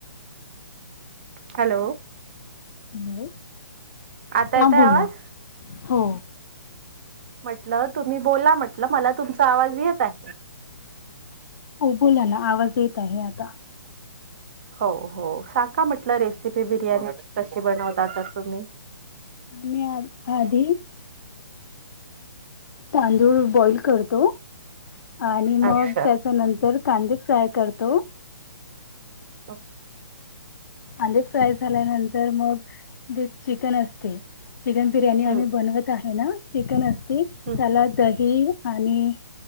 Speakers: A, on the right; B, on the left.
A: हॅलो
B: हॅलो
A: आता येतोय
B: हा बोला.
A: आवाज?
B: हो.
A: म्हटलं तुम्ही बोला म्हटलं मला तुमचा आवाज येत आहे.
B: हो बोला ना आवाज येत आहे आता.
A: हो हो साका म्हटलं रेसिपी बिर्याणीची कशी बनवता तर तुम्ही
B: मी आधी तांदूळ बॉइल करतो. आणि मग
A: अच्छा
B: त्याच्या नंतर कांदे फ्राय करतो
A: <inaudible>
B: आले फ्राय झाल्यानंतर मग जे चिकन असते चिकन बिर्याणी आम्ही
A: हम्म
B: बनवत आहे ना चिकनच की
A: हम्म
B: त्याला दही आणि